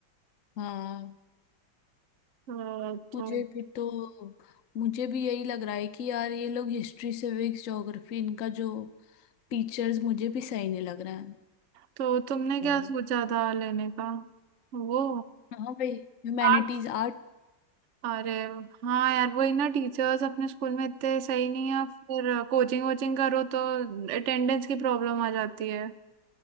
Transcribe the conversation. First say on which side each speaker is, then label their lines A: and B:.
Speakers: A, on the left; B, on the right.
A: हाँ
B: अ, तो
A: मुझे भी तो मुझे भी यही लग रहा है कि यार ये लोग हिस्ट्री सिविक्स ज्योग्राफी इनका जो टीचर्स मुझे भी सही नहीं लग रहा है
B: तो तुमने
A: और
B: क्या सोचा था लेने का वो
A: हाँ भाई ह्यूमैनिटीज
B: आर्ट्स
A: आर्ट
B: अरे हाँ यार वही ना टीचर्स अपने स्कूल में इतने सही नहीं है फिर कोचिंग वोचिंग करो तो अटेंडेंस की प्रॉब्लम आ जाती है